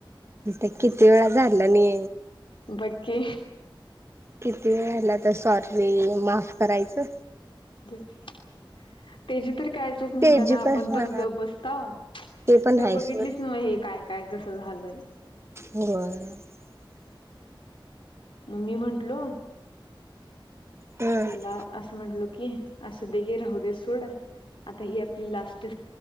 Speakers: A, on the right; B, on the left.
A: त किती वेळा झालानी
B: बाकी
A: किती वेळाला तर सॉरी, माफ करायचं
B: त्याजी तरी काय चूक म्हणताना
A: ते जी
B: आपण
A: पण हा
B: गप बसताव
A: ते पण
B: खंर
A: आहे
B: बघितलीस
A: सोड
B: न हे? काय काय कसं झालंय
A: बरं
B: म मी म्हंटलो
A: हम्म
B: त्याला असं म्हटलो की असं देगे राहू दे सोड आता ही आपली लास्ट